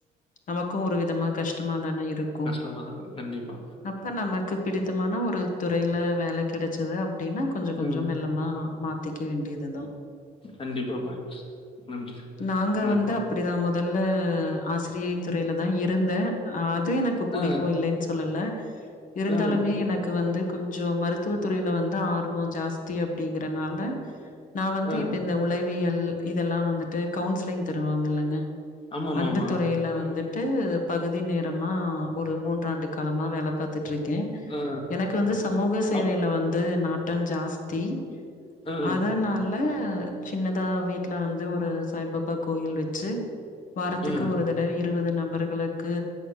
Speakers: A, on the left; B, on the left.
A: நமக்கு ஒரு விதமா கஷ்டமா தானே இருக்கும்
B: கஷ்டமாதா கண்டிப்பா
A: அப்ப நமக்கு பிடித் ஆனா ஒரு துறையில வேலை கிடைச்சது அப்படின்னா கொஞ்சோ கொஞ்சோ
B: ம்
A: மெல்லமா மாத்தி துக்கு வேண்டியதுதான்
B: கண்டிப்பா மகேஷ் நன்றி
A: நாங்க
B: அ
A: வந்து அப்படிதான் முதல்ல ஆசிரியை துறையில தான் இருந்தேன் ஆத் து எனக்கு புடிக்கும்
B: அ
A: இல்லைன்னு சொல்லலே இருந்தாலுமே
B: அ
A: வந்து கொஞ்சோம் மருத்துவ துறையில வந்து ஆர்வம் ஜாஸ்தி அப்படிங்கறனாலே நான் வந்து
B: அ
A: இப்ப இந்த உளவியல் இதெல்லாம் வந்துட்டு கவுன்சிலிங் தருவாங்கல்லங்க
B: ஆமாமாமா
A: அந்த துறையில வந்து பகுதி நேரமா ஒரு மூன்றாண்டு காலமா வேல பாத்து பாத்துட்டுருக்கேன்
B: அ
A: எனக்கு வந்து சமூக சேவையில
B: அ
A: வந்து நா ஜாஸ்தி
B: அ
A: அதனால சின்னதா வீட்ல வந்து ஒரு சாய்பாபா அப்ப கோயில் வச்சு வாரத்துக்கு
B: அ
A: ஒரு தடவ இருபது நம்ப் அவர்களுக்கு